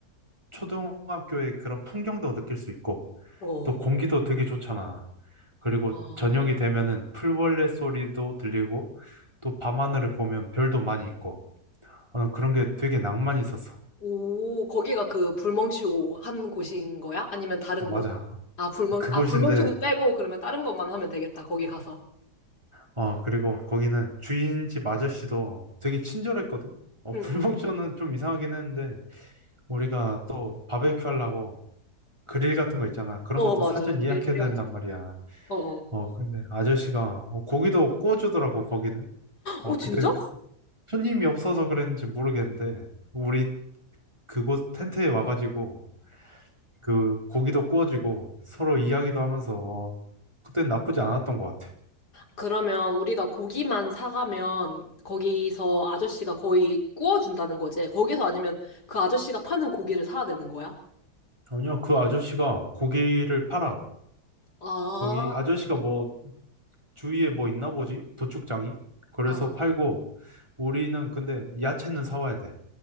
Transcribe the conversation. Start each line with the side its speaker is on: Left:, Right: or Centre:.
Right: 초등학교의 그런 풍경도 느낄 수 있고
Left: 응. 어,
Right: 또 공기도 되게 좋잖아. 그리고
Left: 아,
Right: 저녁이 되면은 풀벌레 소리도 들리고 또 밤하늘을 보면 별도 많이 있고 어, 난 그런 게 되게 낭만이 있었어.
Left: 오, 거기가 그 불멍쇼 한 곳인 거야? 아니면 다른
Right: 어, 맞아.
Left: 곳? 아, 불멍,
Right: 그곳인데
Left: 아, 불멍쇼는 빼고 그러면 다른 것만 하면 되겠다, 거기 가서.
Right: 어 그리고 거기는 주인집 아저씨도 되게 친절했거든. 어
Left: 응,
Right: <laughs>
Left: 응.
Right: 불멍쇼는 좀 이상하긴 했는데 우리가 또 바베큐 하려고 그릴 같은 거 있잖아. 그런
Left: 어,
Right: 것도
Left: 맞아.
Right: 사전 예약해야
Left: 그게 필요하지.
Right: 된단 말이야.
Left: 어, 어.
Right: 어 근데 아저씨가 어, 고기도 구워주더라고 거기는. 어
Left: 어, 진짜?
Right: 그때 손님이 없어서 그랬는지 모르겠는데 우리 그곳 텐트에 와가지고 그 고기도 구워지고 서로 이야기도 하면서 그땐 나쁘지 않았던 것 같아.
Left: 그러면 우리가 고기만 사가면 거기서 아저씨가 거의 구워준다는 거지. 거기서 아니면 그 아저씨가 파는 고기를 사야 되는 거야?
Right: 아니요, 그 아저씨가 고기를 팔아.
Left: 아,
Right: 거기 아저씨가 뭐 주위에 뭐 있나 보지? 도축장이? 그래서
Left: 아.
Right: 팔고 우리는 근데 야채는 사와야 돼.